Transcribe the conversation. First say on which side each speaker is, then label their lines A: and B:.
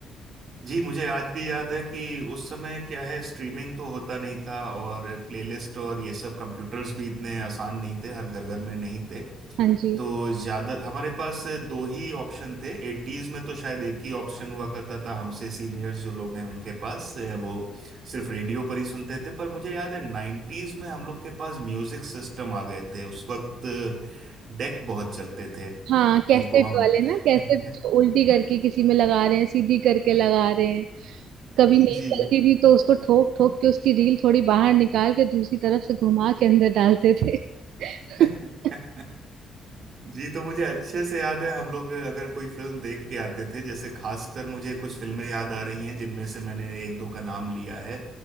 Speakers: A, on the right; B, on the right.
A: जी मुझे आज भी याद है कि उस समय क्या है स्ट्रीमिंग तो होता नहीं था और प्लेलिस्ट और ये सब कंप्यूटर्स भी इतने आसान नहीं थे हर घर घर में नहीं थे
B: हाँ जी
A: तो ज्यादा हमारे पास दो ही ऑप्शन थे एटीज में तो शायद एक ही ऑप्शन हुआ करता था हमसे सीनियर्स जो लोग हैं उनके पास अ, वो सिर्फ रेडियो पर ही सुनते थे पर मुझे याद है नाइन्टीज में हम लोग के पास म्यूजिक सिस्टम आ गए थे उस वक्त डेक बहुत चलते थे
B: हाँ कैसेट
A: जिनको हम
B: वाले ना कैसेट
A: <laughs>
B: जो उल्टी करके किसी में लगा रहे हैं सीधी करके लगा रहे हैं कभी नहीं
A: जी
B: चलती थी तो उसको ठोक ठोक के उसकी रील थोड़ी बाहर निकाल के दूसरी तरफ से घुमा के अंदर डालते थे <laughs>
A: <laughs> जी तो मुझे अच्छे से याद है हम लोग अगर कोई फिल्म देख के आते थे जैसे खासकर मुझे कुछ फिल्में याद आ रही हैं जिनमें से मैंने एक दो का नाम लिया है